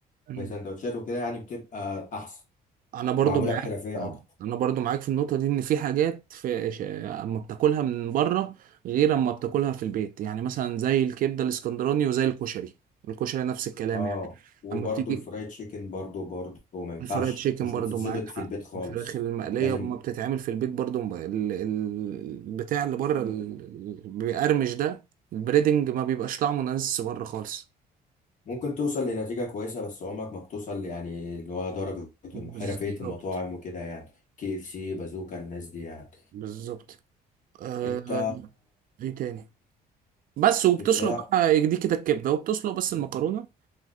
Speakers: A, on the right; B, on the left.
A: مم.
B: في سندوتشات وكده يعني بتبقى احسن
A: انا برضو
B: معموله
A: معاك
B: بحرفيه اكتر
A: انا برضو معاك في النقطه دي ان في حاجات في ش- اما بتاكلها من بره غير اما بتاكلها في البيت يعني مثلا زي الكبده الاسكندراني وزي الكشري الكشري نفس الكلام
B: اه
A: يعني
B: وبرضه
A: اما بتيجي
B: الفرايد تشيكن برضه برضه ما ينفعش
A: الفرايد تشيكن
B: مش
A: برضو
B: بتتظبط
A: معاك حق
B: في البيت خالص
A: الفراخ المقليه
B: لازم
A: اما بتتعمل في البيت برضو م- ال- ال- البتاع اللي بره ال- ال- بيقرمش ده البريدنج ما بيبقاش طعمه نازل بره خالص
B: ممكن توصل لنتيجه كويسه بس عمرك ما بتوصل يعني اللي هو درجه
A: بالظبط
B: حرفيه المطاعم وكده يعني كي اف سي بازوكا الناس دي يعني
A: بالظبط آه...
B: انت
A: ايه تاني بس وبتسلق
B: بتهيأ
A: بقى دي كده الكبده وبتسلق بس المكرونه